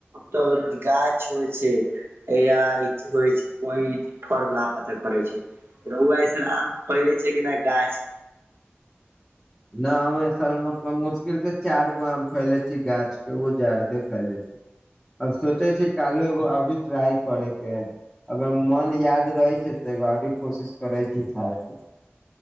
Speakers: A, on the right; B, in the centre.
A: तऽ गाछ होइ छैय या अथी रहै है पैग फल ल पता करै छै रौआ अऐसन आम खोले छै की ना गाछ
B: न हमर यै साल म मुशकिल से चार गो आम खैइलऽ छी गाछ केँ उहो जर्दा खैले छी अब सोचे छी कालो एगो अबी ट्राय करे केँ अगर मन याद रहै छै तऽ एगो ओरी कोशिश करै छी खायके